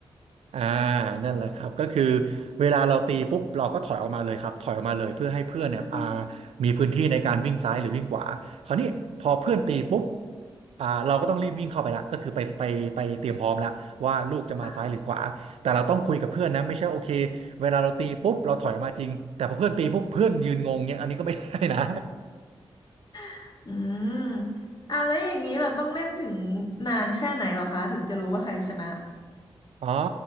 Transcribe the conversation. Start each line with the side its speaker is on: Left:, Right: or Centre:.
Right: อ่านั่นแหละครับก็คือเวลาเราตีปุ๊บเราก็ถอยออกมาเลยครับถอยออกมาเลยเพื่อให้เพื่อนเนี่ยอ่า
Left: อืม
Right: มีพื้นที่ในการวิ่งซ้ายหรือวิ่งขวาคราวนี้พอเพื่อนตีปุ๊บอ่าเราก็ต้องรีบวิ่งเข้าไปละก็คือไปไปไปเตรียมพร้อมละว่าลูกจะมาซ้ายหรือขวาแต่เราต้องคุยกับเพื่อนนะไม่ใช่โอเค
Left: ค่ะ
Right: เวลาเราตีปุ๊บเราถอยออกมาจริงแต่พอเพื่อนตีปุ๊บเพื่อนยืนงงเนี่ยอันนี้ก็ไม่ได้นะ
Left: <laughs> อืมอ่ะแล้วอย่างนี้เราต้องเล่นถึงนานแค่ไหนเหรอคะถึงจะรู้ว่าใครชนะ
Right: อ๋อ